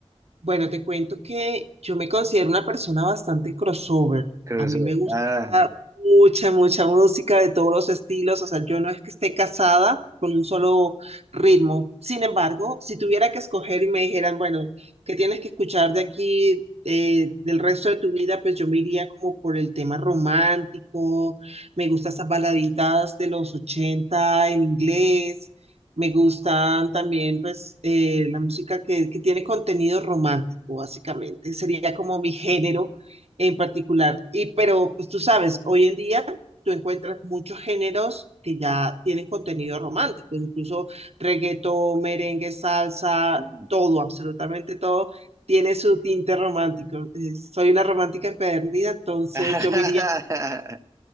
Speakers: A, on the right; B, on the right.
A: Bueno, te cuento que yo me considero una persona bastante crossover.
B: Crossover.
A: A mí me gusta
B: Ah.
A: mucha, mucha música de todos los estilos. O sea, yo no es que esté casada con un solo ritmo. Sin embargo, si tuviera que escoger y me dijeran, bueno, ¿qué tienes que escuchar de aquí, eh, del resto de tu vida? Pues yo me iría como por el tema romántico. Me gustan esas baladitas de los 80 en inglés. Me gustan también, pues, eh, la música que, que tiene contenido romántico, básicamente. Sería como mi género en particular. Y, pero, pues tú sabes, hoy en día tú encuentras muchos géneros que ya tienen contenido romántico, incluso reggaetón, merengue, salsa,
B: sí.
A: todo, absolutamente todo tiene su tinte romántico. Eh, soy una romántica empedernida, entonces
B: <laughs>
A: yo me iría por eso.